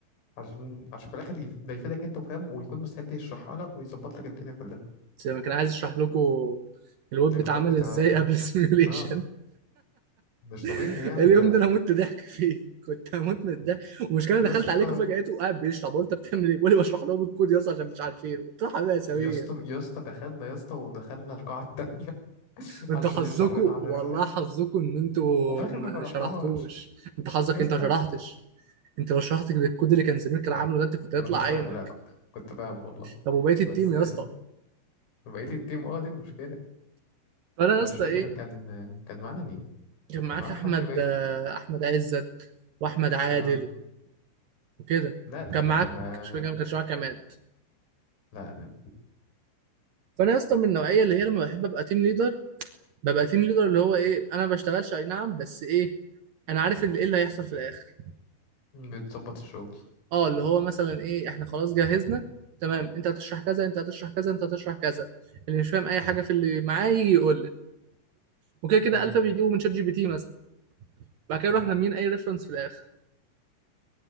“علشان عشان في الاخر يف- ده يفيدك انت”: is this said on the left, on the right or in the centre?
Left